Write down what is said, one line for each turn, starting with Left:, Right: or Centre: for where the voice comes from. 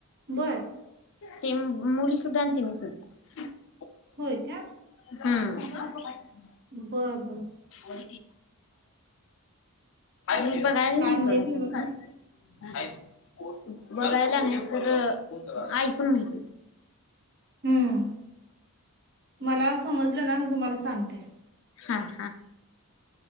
Right: बरं.
Left: ते मुल सुुद्धा आणि तिनी सुद्धा --
Right: होय काय?
Left: हम्म.
Right: बर, बर.
Left: हं. मी बघायला
Right: काय
Left: नाही सोडा
Right: माहित
Left: त्यासनी
Right: बघ.
Left: बघायलागलित तर ऐकून माहिती
Right: हम्म. मला समजलं ना मी तुम्हाला सांगते.
Left: हा, हा.